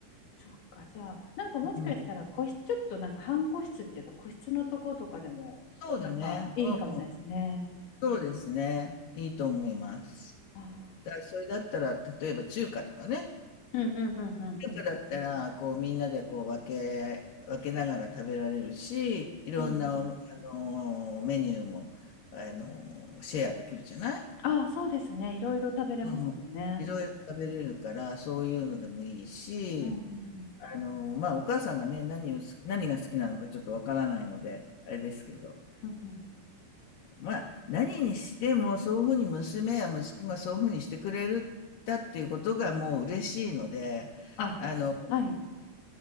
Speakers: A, on the left; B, on the left.
A: そっか、じゃあ、なんかもしかしたら個室、
B: うん。
A: ちょっとなんか半個室っていうか個室のとことかでもなんかいいかもしれないですね。
B: そうだね。うん。そうですね。いいと思います。
A: ああ。
B: だからそれだったら、例えば中華とかね。
A: うんうんうんうんうん。
B: 中華だったら、こうみんなでこう分け、分けながら食べられるし、いろんなお、
A: うんうん
B: あの、メニューも、あの、シェアできるじゃない
A: ああ、そうですね。いろいろ食べれますもんね。
B: うんいろいろ食べれるから、そういうのでもいいし、
A: うんうんうん。
B: あの、まあ、お母さんがね、何を好き、何が好きなのかちょっとわからないので、あれですけど、
A: うんうん。
B: まあ、何にしても、そういうふうに娘や息子がそういうふうにしてくれるだっていうことがもう嬉しいので、
A: あ、
B: あの、
A: はい。